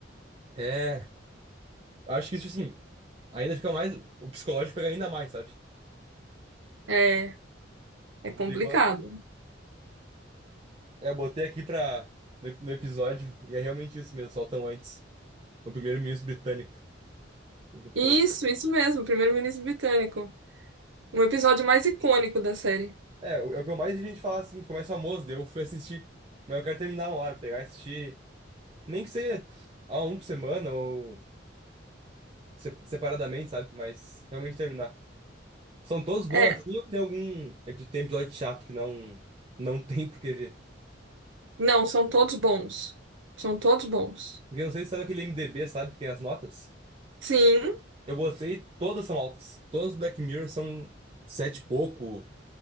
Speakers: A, on the right (about 30°); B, on the right (about 85°).
A: É, eu acho que isso, assim, ainda fica mais, o psicológico pega ainda mais, sabe?
B: É, é
A: O
B: complicado.
A: bigode. É, eu botei aqui pra, no, no episódio, e é realmente isso mesmo, soltam antes. O primeiro-ministro britânico, o do porco.
B: Isso, isso mesmo, Primeiro-Ministro Britânico. Um episódio mais icônico da série.
A: É, o- é o que eu mais vi gente falar assim, foi mais famoso, daí eu fui assistir. Mas eu quero terminar uma hora, pegar e assistir. Nem que seja a um por semana ou se- separadamente, sabe? Mas realmente terminar. São todos bons
B: É,
A: assim ou tem algum. epi- Tem episódio chato que não, não <laughs> tem por que ver?
B: não, são todos bons. São todos bons.
A: Porque eu não sei se sabe aquele MDB, sabe, que tem as notas?
B: Sim,
A: Eu botei, todas são altas. Todas do Black Mirror são sete e pouco.